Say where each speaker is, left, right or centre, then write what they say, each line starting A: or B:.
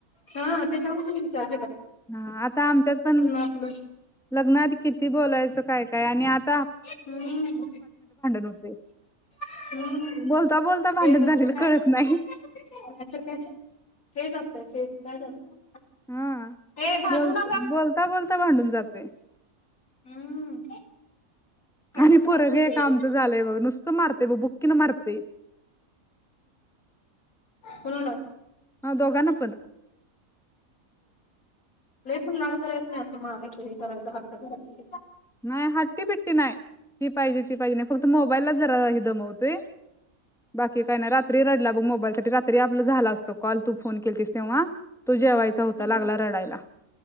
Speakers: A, on the left (about 80°); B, in the centre.
A: हा त्याच्यावरच विंचार
B: हा आता आमच्यात पण
A: आपलं
B: लग्ना आधी किती बोलायचं काय काय आणि आत
A: हम्म
B: होते.
A: हम्म
B: बोलता बोलता भांडण
A: तेच असत
B: झालेलं
A: नाहीतर
B: कळत नाही.
A: काय तेच असत तेच <inaudible>
B: हा
A: हे भांडू
B: बोल
A: नका
B: बोलता बोलता भांडून जात <inaudible>
A: हम्म काय
B: आणि
A: तसं
B: फरक
A: राहत नाही
B: आहे
A: ग
B: का
A: रिलेशनशिप
B: आमचं झालंय बग नुसतं मारत बघ बुक्कीन मारतय
A: कोणाला?
B: दोघांना पण
A: लई पण लाड करायचं नाही असं मारायचं हे करायचं हट्ट धरायचा
B: नाही हट्टी पिट्टी नाही ती पाहिजे ती पाहिजे नाही फक्त मोबाईललाच जरा हे दमवतोय बाकी काय नाही रात्री रडला बघ मोबाईल साठी रात्री आपलं झाला अस तो कॉल तू फोन केलंतीस तेव्हा तो जेवायचा
A: हम्म
B: होता लागला रडायला